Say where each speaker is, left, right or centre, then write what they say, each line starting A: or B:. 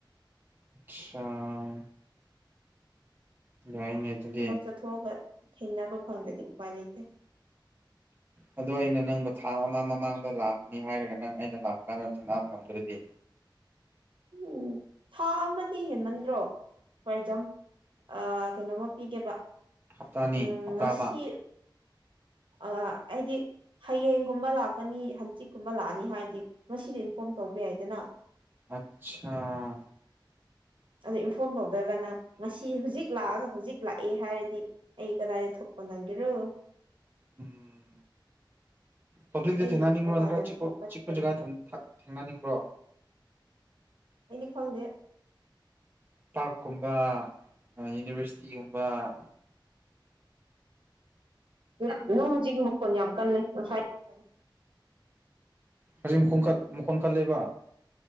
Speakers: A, on the right (about 25°); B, on the right (about 75°).
A: ꯑꯆꯥꯥ ꯌꯥꯥꯏꯅꯦ ꯑꯗꯨꯗꯤ
B: ꯊꯕꯛ ꯆꯠꯊꯣꯛꯑꯒ ꯊꯦꯡꯅꯕ ꯐꯪꯗ꯭ꯔꯗꯤ ꯎꯄꯥꯏ ꯂꯩꯇꯦ
A: ꯑꯗꯣ ꯑꯩꯅ ꯅꯪꯕꯨ ꯊꯥ ꯑꯃ ꯃꯃꯥꯡꯗ ꯂꯥꯛꯅꯤ ꯍꯥꯏꯔꯒ ꯅꯪ ꯑꯩꯅ ꯂꯥꯛꯄ ꯀꯥꯟꯗ ꯊꯦꯡꯅ ꯉꯝꯗ꯭ꯔꯗꯤ
B: ꯎꯝ ꯊꯥ ꯑꯃꯗꯤ ꯍꯦꯟꯃꯟꯗ꯭ꯔꯣ ꯋꯥꯏꯖꯝ ꯑ ꯀꯩꯅꯣꯝꯃ ꯄꯤꯒꯦꯕ
A: ꯍꯞꯇꯥꯅꯤ
B: ꯎꯝ
A: ꯍꯞꯇꯥ
B: ꯉꯁꯤ
A: ꯑꯃ
B: ꯑ ꯑꯩꯗꯤ ꯍꯌꯦꯡꯒꯨꯝꯕ ꯂꯥꯛꯀꯅꯤ ꯍꯪꯆꯤꯠꯀꯨꯝꯕ ꯂꯥꯛꯑꯅꯤ ꯍꯥꯏꯗꯤ ꯉꯁꯤꯗꯤ ꯏꯟꯐꯣꯔꯝ ꯇꯧꯕ ꯌꯥꯢ ꯌꯥꯢꯗꯅ
A: ꯑꯠꯆꯥꯥ
B: ꯑꯗꯣ ꯏꯟꯐꯣꯔꯝ ꯇꯧꯗꯔꯒꯅ ꯉꯁꯤ ꯍꯧꯖꯤꯛ ꯂꯥꯛꯑꯒ ꯍꯧꯖꯤꯛ ꯂꯥꯛꯑꯦ ꯍꯥꯏꯔꯗꯤ ꯑꯩ ꯀꯗꯥꯏꯗ ꯊꯣꯛꯄ ꯅꯪꯒꯦꯔꯣ
A: ꯎꯝ ꯄꯥꯕ꯭ꯂꯤꯛꯇ
B: ꯑꯩ
A: ꯊꯦꯡꯅꯅꯤꯡꯕ꯭ꯔꯣ
B: ꯃꯄꯥꯟ
A: ꯅꯠꯇ꯭ꯔꯥ ꯈꯔ
B: ꯌꯥꯝ
A: ꯆꯤꯛꯄ
B: ꯊꯣꯛꯄ
A: ꯆꯤꯛꯄ
B: ꯇꯟꯂꯦ
A: ꯖꯒꯗꯥ ꯊꯥ ꯊꯦꯡ ꯊꯦꯡꯅꯅꯤꯡꯕ꯭ꯔꯣ
B: ꯑꯩꯗꯤ ꯈꯪꯗꯦ
A: ꯄ꯭ꯥꯔꯛꯀꯨꯝꯕ ꯑ ꯌꯨꯅꯤꯚꯔꯁꯤꯇꯤꯒꯨꯝꯕ <inaudible>
B: ꯅꯪ ꯅꯪ ꯍꯧꯖꯤꯛ ꯃꯈꯣꯟꯜ ꯌꯥꯝ ꯀꯜꯂꯦ ꯉꯁꯥꯏ ꯇꯞꯄꯅꯦ
A: ꯍꯧꯖꯤꯛ ꯃꯈꯣꯡ ꯀꯛ ꯃꯈꯣꯟ ꯀꯜꯂꯦꯕ